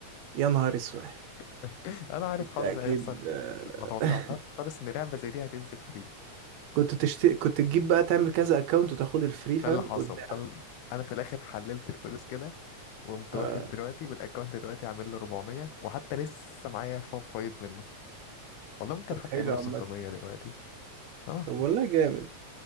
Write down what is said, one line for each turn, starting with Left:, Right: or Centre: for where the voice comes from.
Right: يا نهار اسود
Left: <laughs> انا عارف
Right: انت
Left: حظي
Right: اكيد
Left: هيحصل كده
Right: آه.
Left: ما توقعتها
Right: <laughs>
Left: خالص ان لعبه زي دي هتنزل فري
Right: كنت تشتري كنت تجيب بقى تعمل كذا اكونت وتاخد الفري فاهم
Left: ده اللي حصل
Right: قدام
Left: ده ال- انا في الاخر حللت الفلوس كده وقمت
Right: اه
Left: واخد دلوقتي والاكونت دلوقتي عامل له 400 وحتى لسه معايا ف- فايض منه والله ممكن
Right: طب
Left: حتى
Right: حلو
Left: يعمله 600
Right: عامة
Left: دلوقتي اه
Right: طب والله جامد